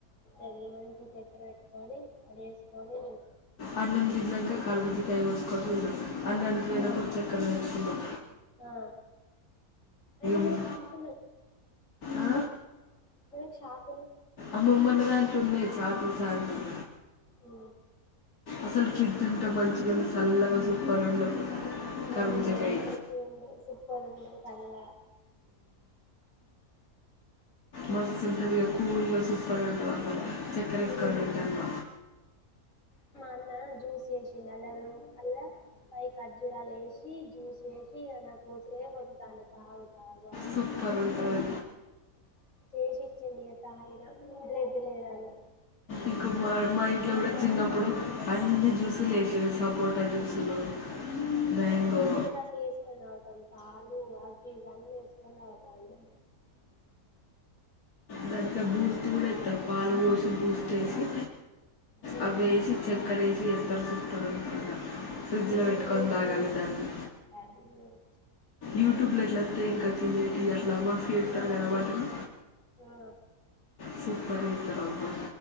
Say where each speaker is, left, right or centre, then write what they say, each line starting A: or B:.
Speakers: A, on the left (about 60°); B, on the left (about 85°).
A: ఎంది మంచిగా చక్కర పెట్టుకొని అడిగేసుకొని
B: అన్నం తిన్నాక కరుబుజ్జకాయ కోసుకొని తిన్నాం అన్ననికి పోయినప్పుడు
A: ఆ
B: చక్కర తెచ్చుకుందాం
A: ఆ అయినా
B: మ్
A: మనకు షాక్
B: ఆ
A: లేదు చాక్
B: అమ్మమ్మల దాంట్లో ఉన్నాయి చాకులు చాలున్నాయ్
A: అ
B: అసలు ఫ్రిడ్జ్ ఉంటే మంచిగా ఉండు చల్లగా సూపర్ ఉండు
A: ఆ
B: కర్బూజకాయ
A: అవునే మంచిగ ఉండు సూపర్ ఉండు చల్ల
B: మస్తు ఉంటుందే కూల్గా సూపర్ ఉంటది అసలు చక్కర ఏసుకూని
A: ఉమ్
B: తింటున్న
A: నిన్న జ్యూస్ వేసింది అల్లా రెం అల్లా ఫైవ్ కర్జూరాలు వేసి జ్యూస్ వేసి అన్న కోసల పందుతాం తాగు తాగాను
B: సూపర్ ఉంటుంది
A: చేసిచ్చింది తాగిన బ్లెడ్ లేదు అని
B: ఇంక మార్ మై ఇంట్ల కూడా చిన్నప్పుడు అన్ని జ్యూస్లు వేసేసాం సపోట జ్యూసులు మ్యాంగో
A: మానాన్న కూడా అట్లా ఏసుకొని తాగుతాండు పా అలు అపిల్ అన్నీ ఏసుకొని తాగుతాండు
B: దాంట్లో బూస్ట్ కూడా ఎత్తరు పాలు పోసి బూస్ట్ ఏసి
A: ఉమ్
B: అవి ఏసి చక్కర ఏసి చేతరు సు పరంపర ఫ్రిడ్జ్
A: మంచిగా
B: లో పెట్టుకొని
A: చేసుకొని
B: తాగాలి దాన్ని
A: తాగు ఉమ్
B: యూట్యూబ్ లో ఎట్లొత్తయి ఇంకా <unintelligible> నమాజ్ చేతరు
A: మస్త్ అత్తయ్
B: కదా వాటిని
A: ఆ
B: సూపర్ ఏతరబ్బా